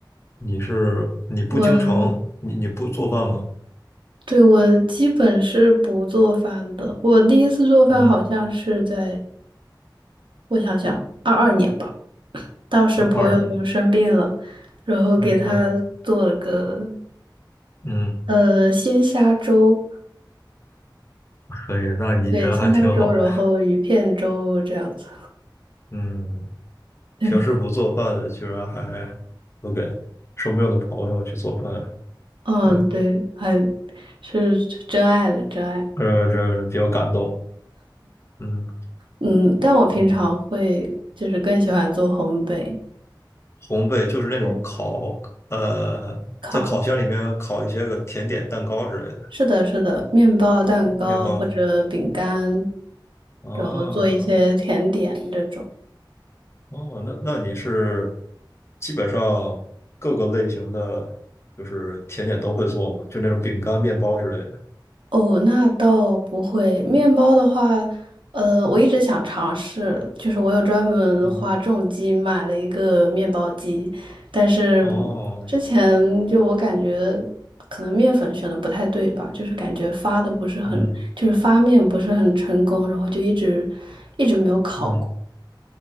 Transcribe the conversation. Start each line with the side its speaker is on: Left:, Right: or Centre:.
Left: 你是你不经常你你不做饭吗？
Right: 我对我基本是不做饭的。我第一次做饭好像是在，
Left: 嗯，
Right: 我想想，二二年吧。当时朋友生病了，
Left: 啊，二年，
Right: 然后给他做了个
Left: 嗯嗯，
Right: 呃鲜虾粥，
Left: 可以，那你人还挺好的。
Right: 对，鲜虾粥，然后鱼片粥这样子。
Left: 嗯，
Right: 对的，
Left: 平时不做饭，居然还都给生病的朋友去做饭。
Right: 嗯，
Left: 对，
Right: 对，还是真爱的真爱。
Left: 呃，这比较感动。嗯
Right: 嗯，但我平常会就是更喜欢做烘焙，
Left: 嗯，烘焙就是那种烤，
Right: 对，
Left: 呃，
Right: 烤，
Left: 在烤箱里面烤一些个甜点、蛋糕之类的
Right: 是的，是的，面包、蛋糕或者饼干，
Left: 面包啊。
Right: 然后做一些甜点这种。
Left: 哦，那那你是基本上各个类型的就是甜点都会做吗？就那种饼干、面包之类的。
Right: 哦，那倒不会。面包的话，呃，我一直想尝试，就是我有专门花重金买了一个面包机，
Left: 嗯，
Right: 但是
Left: 哦，
Right: 之前就我感觉可能面粉选的不太对吧，就是感觉发的不是很，
Left: 嗯
Right: 就是发面不是很成功，然后就一直一直没有烤过。
Left: 嗯，